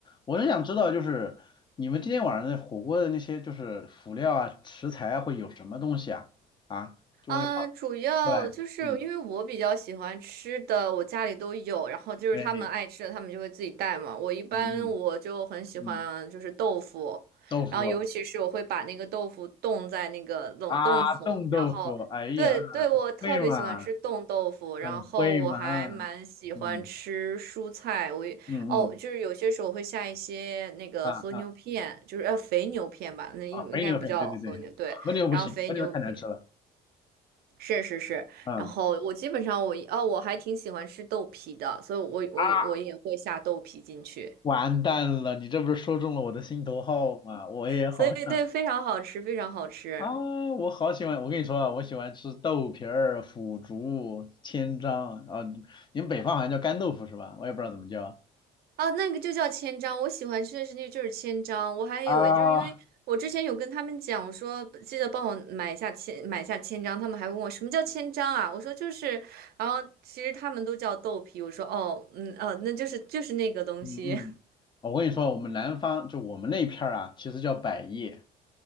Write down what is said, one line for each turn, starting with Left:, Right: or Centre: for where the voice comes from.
Left: 我是想知道，就是你们今天晚上的火锅的那些就是辅料啊、食材啊，会有什么东西啊？啊，就会放
Right: 啊，主要就是因为我比较喜欢吃的，
Left: 对，嗯，
Right: 我家里都有，然后就是他们爱吃的，
Left: 对，
Right: 他们就会自己带嘛。我一般我就很喜欢就是豆腐，
Left: 嗯嗯嗯，豆腐
Right: 然后尤其是我会把那个豆腐冻在那个冷冻层，
Left: 啊，冻豆腐，
Right: 然后对对，
Left: 哎呀，
Right: 我特别喜欢吃冻豆腐，
Left: 会吗？很会嘛，
Right: 然后我还蛮喜欢吃蔬菜，
Left: 嗯
Right: 我也哦，
Left: 嗯嗯，
Right: 就是有些时候会下一些那个和牛片，
Left: 啊啊
Right: 就是呃肥牛片吧，那应应该不叫和牛，
Left: 啊，肥牛很，对对对，
Right: 对。
Left: 和牛不行，
Right: 然后肥牛片。
Left: 和牛太难吃了，
Right: 是是是，
Left: 嗯
Right: 然后我基本上我哦，我还挺喜欢吃豆皮的，所以我我有我也会下豆皮进去，
Left: 啊，完蛋了，你这不是说中了我的心头好吗？我也好想
Right: 所以对，非常好吃，非常好吃
Left: 啊，我好喜欢，我跟你说啊，我喜欢吃豆皮儿、腐竹、千张啊，你你们北方好像叫干豆腐是吧？我也不知道怎么叫
Right: 啊！那个就叫千张，我喜欢吃的是那个就是千张，我还以为就是因为我之前有跟他们讲，
Left: 啊，
Right: 我说记得帮我买一下千买下千张，他们还问我什么叫千张啊？我说就是，然后其实他们都叫豆皮，我说哦，嗯哦，那就是就是那个东西，
Left: 嗯嗯，哦我跟你说，我们南方就我们那片儿啊，其实叫百叶，